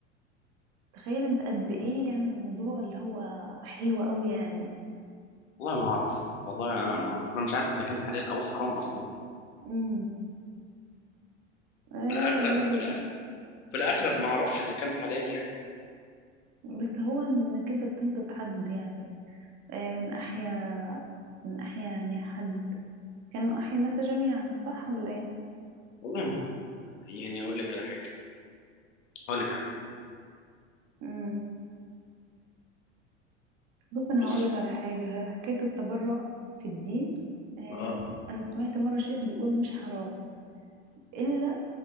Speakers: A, on the right; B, on the left.
A: تخيل انت قد ايه يعني الموضوع اللي هو حلو قوي يعني
B: والله ما اعرف والله انا ما اعرف انا مش عارف اذا كان حلال او حرام اصلا
A: امم اه
B: في الاغلب
A: والله
B: في الأ- في الاغلب ما اعرفش اذا كان حلال يعني
A: بس هو انك انت بتنقذ حد يعني آه من احيا من احيا يعني حد كانوا احيا الناس جميعا صح ولا ايه
B: والله ما يعني اقول لك على حاجه اقول لك على حاجه
A: امم بص انا
B: بص
A: هقول لك على حاجه حكايه التبرع في الدين آه،
B: آه،
A: انا سمعت مره شيخ بيقول مش حرام الا